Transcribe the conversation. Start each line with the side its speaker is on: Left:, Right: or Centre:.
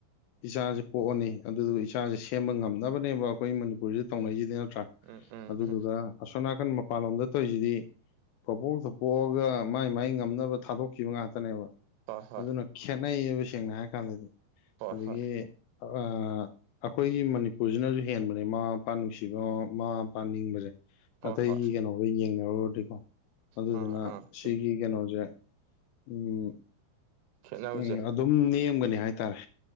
Left: ꯏꯆꯥꯖꯦ ꯄꯣꯛꯑꯅꯤ ꯑꯗꯨꯗꯨꯒ ꯏꯆꯥꯁꯦ ꯁꯦꯝꯕ ꯉꯝꯅꯕꯅꯦꯕ ꯑꯩꯈꯣꯏ ꯃꯅꯤꯄꯨꯔꯁꯤꯗ ꯇꯧꯅꯩꯁꯤꯗꯤ ꯅꯠꯇ꯭ꯔꯥ
Right: ꯎꯝ ꯎꯝ
Left: ꯑꯗꯨꯗꯨꯒ
Right: ꯎꯝ
Left: ꯑꯁꯣꯝꯅꯥꯀꯟ ꯃꯄꯥꯟꯂꯣꯝꯗ ꯇꯧꯔꯤꯁꯤꯗꯤ ꯄꯕꯣꯛꯇ ꯄꯣꯛꯑꯒ ꯃꯥꯏ ꯃꯥꯏ ꯉꯝꯅꯕ ꯊꯥꯗꯣꯛꯈꯤꯕ ꯉꯥꯛꯇꯅꯦꯕ
Right: ꯍꯣꯏ ꯍꯣꯏ
Left: ꯑꯗꯨꯅ ꯈꯦꯠꯅꯩꯕ ꯁꯦꯡꯅ ꯍꯥꯏꯔ ꯀꯥꯟꯗꯗꯤ
Right: ꯍꯣꯏ
Left: ꯑꯗꯒꯤ
Right: ꯍꯣꯏ
Left: ꯑ ꯑꯩꯈꯣꯏꯒꯤ ꯃꯅꯤꯄꯨꯔꯁꯤꯅꯁꯨ ꯍꯦꯟꯕꯅꯦ ꯃꯃꯥ ꯃꯄꯥ ꯅꯨꯡꯁꯤꯕ ꯃꯥ ꯄꯥꯅꯤꯡꯕꯁꯦ
Right: ꯍꯣꯏ
Left: ꯑꯇꯩꯒꯤ
Right: ꯍꯣꯏ
Left: ꯀꯩꯅꯣꯒ ꯌꯦꯡꯅꯔꯨꯔꯗꯤꯀꯣ ꯑꯗꯨꯗꯨꯅ
Right: ꯑꯥ ꯑꯥ ꯁꯨꯝ
Left: ꯁꯤꯒꯤ ꯀꯩꯅꯣꯖꯦ ꯎꯝ
Right: ꯈꯦꯠꯅꯕꯁꯦ
Left: ꯎꯝ ꯑꯗꯨꯝ ꯅꯦꯝꯒꯅꯤ ꯍꯥꯏꯇꯥꯔꯦ